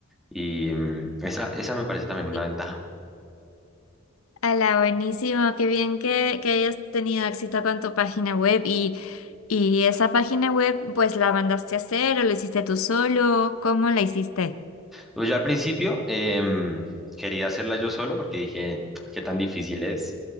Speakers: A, in the centre; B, on the left (about 80°).
A: Y mm, esa, esa me parece también una
B: Sí.
A: ventaja.
B: Hola, buenísimo, qué bien que, que hayas tenido éxito con tu página web y, y esa página web pues la mandaste a hacer o lo hiciste tú solo, ¿cómo la hiciste?
A: Pues yo al principio em, quería hacerla yo solo porque dije, qué tan difícil es,